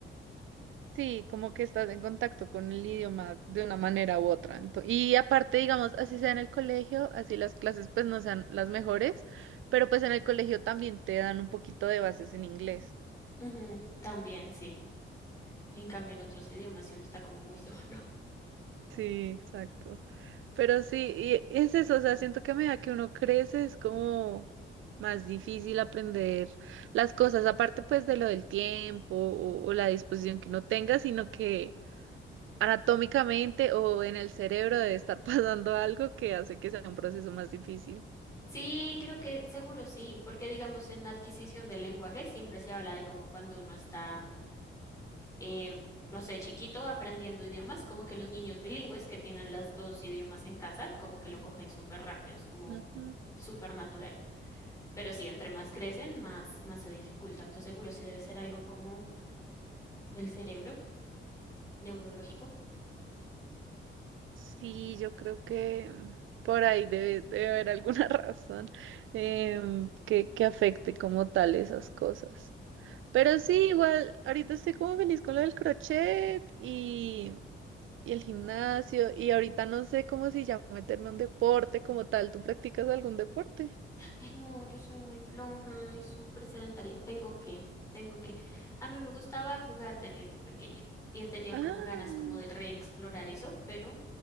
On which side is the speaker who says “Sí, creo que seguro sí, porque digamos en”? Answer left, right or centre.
Left